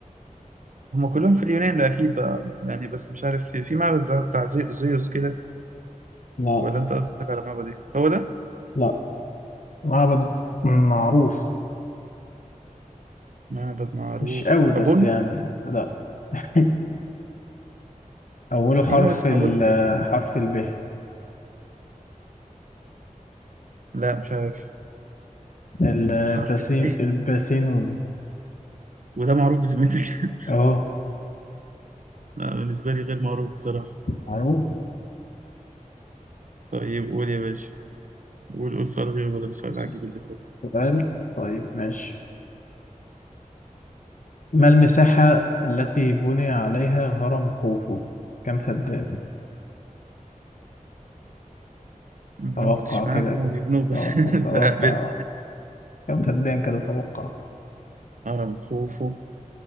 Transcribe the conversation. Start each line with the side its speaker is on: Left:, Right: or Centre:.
Right: هم كلهم في اليونان ده أكيد بقى يعني بس مش عارف في, في معبد بتاع بتاع زي- زيوس كده
Left: لا
Right: ولا أنت قصدك على معبد إيه؟ هو ده
Left: لا معبد معروف
Right: معبد معروف
Left: مش قوي بس
Right: أبولو
Left: يعني لا <laughs> أوله
Right: في
Left: حرف
Right: معبد اسمه
Left: ال
Right: أبولو بجد
Left: حرف ال
Right: لا مش عارف
Left: الباسين
Right: حرف ال ب
Left: الباسينون
Right: وده معروف بذمتك
Left: أهو
Right: لا بالنسبة لي غير معروف بصراحة
Left: معروف
Right: طيب قول يا باشا قول قول سؤال غير بدل السؤال
Left: بس
Right: العجيب اللي فوق
Left: سؤال طيب ماشي ما المساحة التي بني عليها هرم خوفو كم فدان؟
Right: أنا
Left: توقع
Right: ما كنتش
Left: كده
Right: معاهم هو بيبنوه بس
Left: اه تتوقع
Right: <laughs> بدأ
Left: كم فدان كده توقع
Right: هرم خوفو